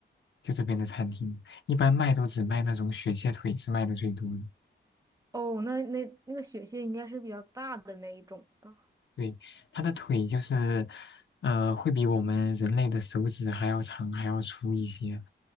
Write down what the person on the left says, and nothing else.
就这边的餐厅，一般卖都只卖那种雪蟹腿是卖的最多的。
对，它的腿就是，呃，会比我们人类的手指还要长，还要粗一些。